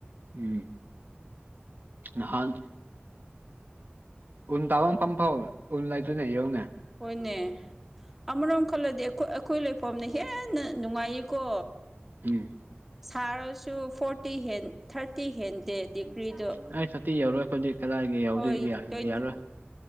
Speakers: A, on the right; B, in the centre.
A: ꯎꯝ ꯅꯍꯥꯟ ꯎꯟ ꯇꯥꯕ ꯃꯐꯝ ꯐꯥꯎ ꯎꯟ ꯂꯩꯇꯣꯏꯅꯦ ꯌ‌ꯦꯡꯉꯨꯅ‌ꯦ
B: ꯍꯣꯏꯅꯦ ꯑꯃꯔꯣꯝ ꯈꯜꯂꯗꯤ ꯑꯩꯈꯣꯏ ꯂꯩꯐꯝꯅ ꯍꯦꯟꯅ ꯅꯨꯡꯉꯥꯏꯌꯦꯀꯣ
A: ꯎꯝ
B: ꯁꯥꯔꯁꯨ ꯐꯣꯔꯇꯤ ꯍꯦꯟ ꯊꯥꯔꯇꯤ ꯍꯦꯟꯗꯦ ꯗꯤꯒ꯭ꯔꯤꯗꯣ
A: ꯊꯥꯔꯇꯤ ꯌꯧꯔꯣꯏ ꯈꯣꯏꯗꯤ ꯀꯗꯥꯏꯒꯤ ꯌꯧꯗꯤ
B: ꯍꯣꯏ ꯇ꯭ꯋꯦꯟꯇꯤ
A: ꯌꯥꯔꯣꯏ